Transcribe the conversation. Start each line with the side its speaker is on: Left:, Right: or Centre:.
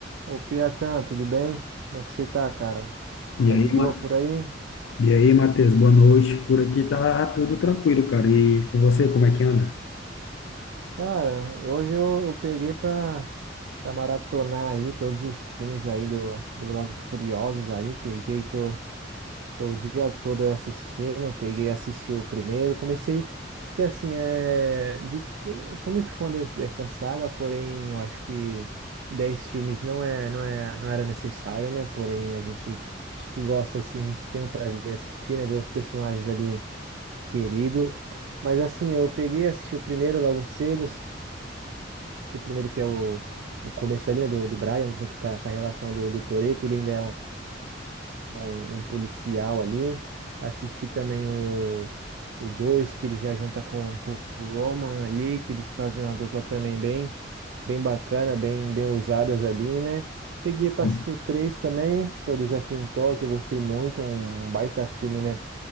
Right: Ô, Piatan, tudo bem? Como é que você tá, cara? Tá
Left: E aí,
Right: de boa
Left: Ma-
Right: por aí?
Left: e aí, Matheus, boa noite. Por aqui tá tudo tranquilo, cara. E com você, como é que anda?
Right: Cara, hoje eu, eu peguei pra, pra maratonar aí todos os filmes aí do, do Velozes e Furiosos aí. Peguei, tô, tô o dia todo aí assistindo. Peguei, assisti o primeiro. Comecei, porque assim, é, de- eu sou muito fã des- dessa saga, porém eu acho que 10 filmes não é, não é, não era necessário, né? Porém a gente, acho que gosta assim, a gente tem o prazer de assistir, né? Ver os personagens ali querido. Mas assim, eu peguei, assisti o primeiro logo cedo, assisti o primeiro que é o, o começo ali, né, do, do Brian, junto com a, com a relação do, do Toretto, ele ainda é um, um policial ali. Assisti também o, o dois, que ele já junta com, com o Roman ali, que eles fazem uma dupla também bem, bem bacana, bem, bem ousadas ali, né? Peguei para
Left: Sim.
Right: assistir o três também, que é o Desafio em Tóquio, eu gostei muito, um baita filme, né?